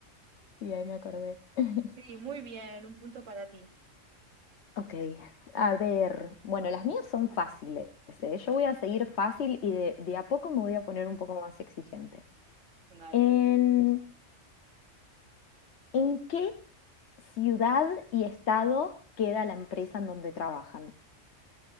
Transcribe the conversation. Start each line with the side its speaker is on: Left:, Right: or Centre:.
Left: Sí, ahí me acordé. <laughs>
Right: sí, muy bien, un punto para ti.
Left: Ok, a ver, bueno, las mías son fáciles, ¿eh? Yo voy a seguir fácil y de, de a poco me voy a poner un poco más exigente.
Right: Dale.
Left: ¿En, en qué ciudad y estado queda la empresa en donde trabajan?